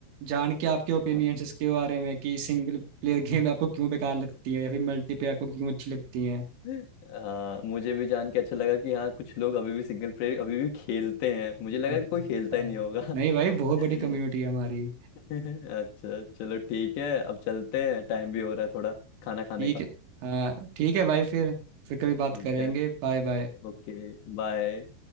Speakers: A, on the right; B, on the left.
A: जान के आपके ओपिनियंस
B: हाँ
A: इसके बारे में कि सिंगल प्लेयर गेम आपको क्यों बेकार लगती है या फिर मल्टीप्लेयर आपको क्यों अच्छी लगती है
B: हाँ मुझे भी जान के अच्छा लगा कि हाँ कुछ लोग अभी भी सिंगल प्लेयर अभी भी खेलते हैं मुझे लगा
A: अ, बहुत
B: कि कोई खेलता
A: सारे
B: ही नहीं होगा
A: नहीं
B: <laughs>
A: भाई बहुत बड़ी कम्युनिटी है हमारी
B: अच्छा चलो ठीक है अब चलते हैं टाइम भी हो रहा है थोड़ा खाना खाने
A: ठीक
B: का
A: है हाँ ठीक है भाई फिर फिर कभी बात
B: ठीक
A: करेंगे
B: है
A: Bye bye
B: Okay bye